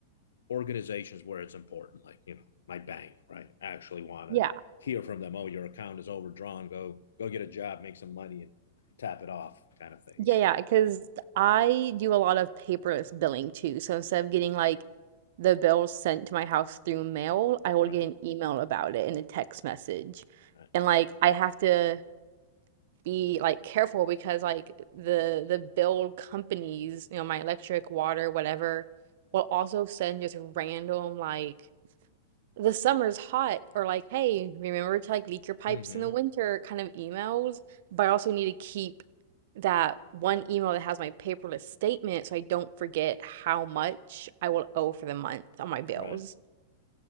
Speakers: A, on the left; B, on the right.
A: organizations where it's important, like you know my bank, right? I actually want to
B: Yeah.
A: hear from them. Oh, your account is overdrawn. Go go get a job, make some money, and tap it off, kind of things.
B: Yeah, yeah, because I do a lot of paperless billing too. So instead of getting like the bills sent to my house through mail, I will
A: Right.
B: get an email about it and a text message.
A: Right.
B: And like I have to be like careful because like the the bill companies, you know, my electric, water, whatever, will also send just random like the summer's hot or like hey remember to like leak your pipes
A: Mm-hmm.
B: in the winter kind of emails but i also need to keep that one email that has my paperless statement so i don't forget how much i will owe for the month on my bills
A: Right.